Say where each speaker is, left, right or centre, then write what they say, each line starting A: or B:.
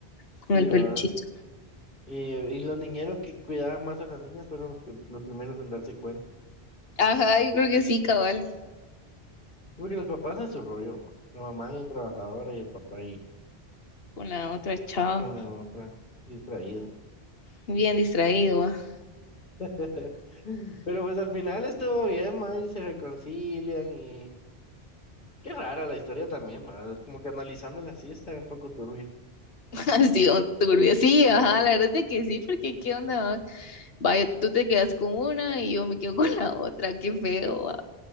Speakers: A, on the left (about 65°); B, on the left (about 50°).
A: con
B: sí,
A: el
B: va.
A: peluchito.
B: Y, eh, y los niñeros que cuidaban más a las niñas fueron los, que- los primeros en darse cuenta.
A: Ajá, yo creo que sí, cabal,
B: Porque los papás en su rollo, bo. la mamá bien trabajadora y el papá ahí
A: con la otra chava,
B: con la otra distraído.
A: bien distraído, va. <laughs>
B: <laughs> Pero pues al final estuvo bien, ma, y se reconcilian y... Qué rara la historia también, ma, como que analizándola así está un poco turbia.
A: Así, don turbio, sí, ajá, la verdad es de que sí, porque qué onda, va? Vaya, tú te quedas con una y yo me quedo con la otra, qué feo, va.